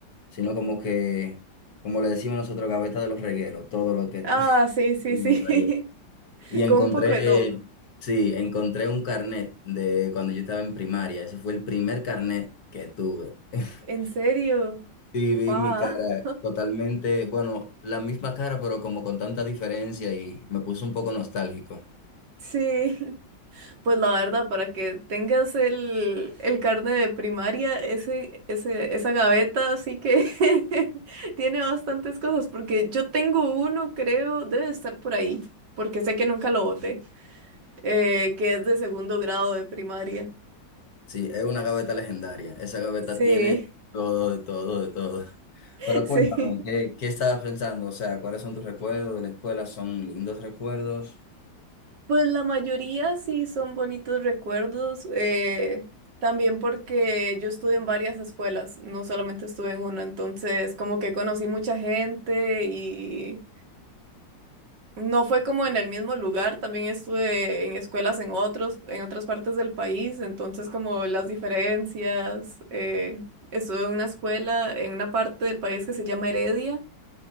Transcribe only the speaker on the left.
sino como que, como le decimos nosotros, gaveta de los regueros, todo lo que...
<laughs>
Y
encontré,
sí, encontré un carnet de cuando yo estaba en primaria. Ese fue el primer carnet que tuve. <laughs>
Y vi
mi cara totalmente, bueno, la misma cara, pero como con tanta diferencia y me puso un poco nostálgico.
Sí, es una gaveta legendaria. Esa gaveta
tiene todo, de todo, de todo. <laughs>
Pero cuéntame,
¿qué, qué estabas pensando? O sea, ¿cuáles son tus recuerdos de la escuela? ¿Son lindos recuerdos?